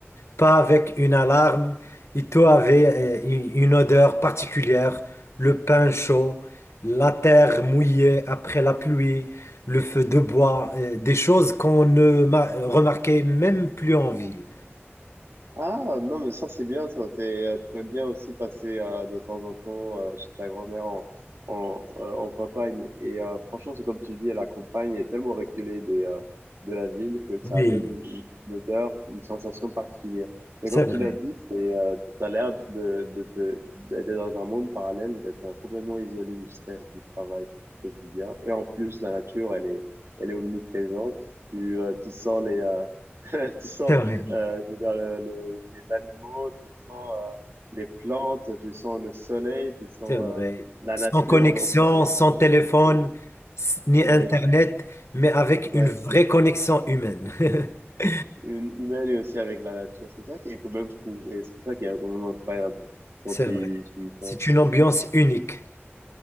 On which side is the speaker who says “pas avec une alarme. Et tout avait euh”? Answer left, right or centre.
Left